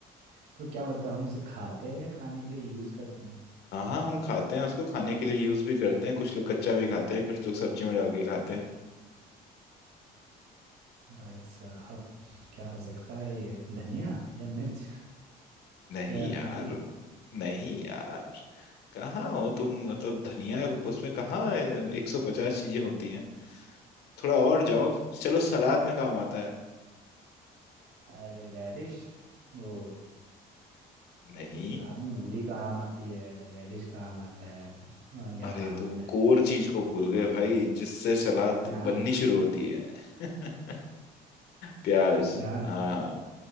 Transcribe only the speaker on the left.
हाँ हाँ हम खाते हैं उसको खाने के लिए यूज भी करते हैं कुछ लोग कच्चा भी खाते हैं कुछ लोग सब्जी में डाल के खाते हैं
नहीं
यार
नहीं यार कहाँ हो तुम मतलब धनिया उसमें कहाँ एक सौ पचास चीजें होती हैं थोड़ा और जाओ चलो सलाद में काम आता है
नहीं
अरे
तुम
कोर चीज को भूल गए भाई जिससे सलाद
बननी शुरू होती है <laughs> प्याज
हाँ